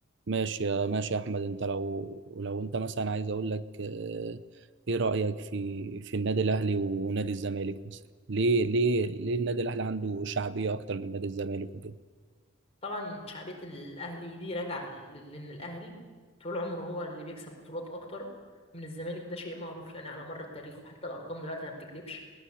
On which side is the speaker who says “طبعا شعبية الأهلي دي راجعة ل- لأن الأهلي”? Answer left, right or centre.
Left